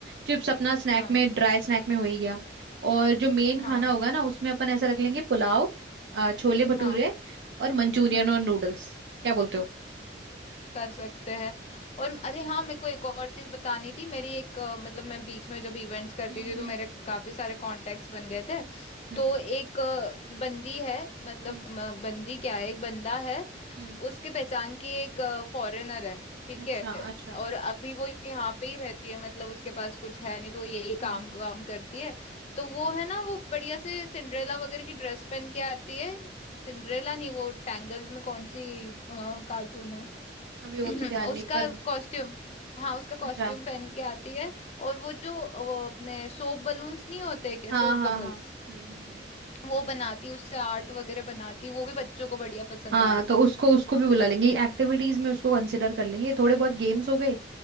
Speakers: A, on the right; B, on the left.
A: चिप्स अपना स्नैक
B: हाँ
A: में ड्राई स्नैक में हो ही गया और जो मेन
B: हाँ
A: खाना होगा ना उसमें अपन ऐसा रख लेंगे पुलाव अ, छोले भटूरे
B: हाँ
A: और मंचूरियन
B: हम्म
A: और नूडल्स क्या बोलते हो
B: कर सकते हैं और अरे हाँ मेरे को एक और चीज बतानी थी मेरी एक अ, मतलब मैं बीच में जब इवेंट्स करती
A: हम्म
B: थी तो
A: हम्म
B: मेरे काफी सारे कॉन्टेक्ट्स बन गए थे
A: हम्म
B: तो एक अ, बंदी है मतलब
A: हम्म हम्म
B: म, बंदी क्या है एक बंदा है
A: हम्म,
B: उसके पहचान की एक फॉरेनर है ठीक
A: अच्छा
B: है
A: अच्छा
B: और अभी वो यहाँ पे ही रहती है मतलब उसके पास कुछ है नहीं तो वो यही काम
A: हम्म हम्म।
B: काम करती है तो वो है ना वो बढ़िया से सिंड्रेला वगैरह की ड्रेस पहन के आती है सिंड्रेला नहीं वो टैंगल्ड में कौन सी कार्टून है
A: अभी वो
B: <clears throat>
A: तो ध्यान
B: उसका
A: नहीं पर
B: कॉस्ट्यूम हाँ उसका
A: अच्छा
B: कॉस्ट्यूम पहन के आती है और वो जो वो अपने सोप बलून्स नहीं होते क्या
A: हाँ
B: सोप
A: हाँ
B: बबल्स
A: हाँ हम्म हम्म हम्म
B: वो बनाती उससे आर्ट वगैरह बनाती वो भी बच्चों को बढ़िया पसंद
A: हाँ
B: आएगा
A: तो उसको उसको भी बुला लेंगे एक्टिविटीज में उसको कंसिडर कर लेंगे थोड़े बहुत गेम्स हो गए